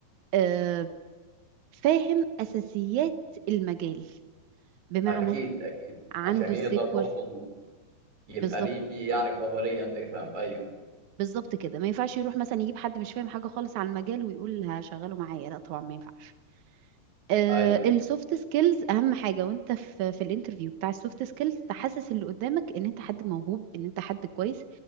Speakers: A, on the right; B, on the right.
A: آه، فاهم اساسيات المجال بمعنى
B: اكيد اكيد
A: عنده
B: عشان يقدر
A: السيكوال
B: برضه إنه يبقى
A: بالظبط
B: ليه يعني قابلية انه يفهم ايوه
A: بالظبط كده ما ينفعش يروح مثلا يجيب حد مش فاهم حاجه خالص عن المجال ويقول هشغله معايا لا طبعا ما ينفعش آه
B: ايوه
A: السوفت سكيلز اهم حاجه وانت في في الانترفيو بتاع السوفت سكيلز تحسس اللي قدامك ان انت حد موهوب ان انت حد كويس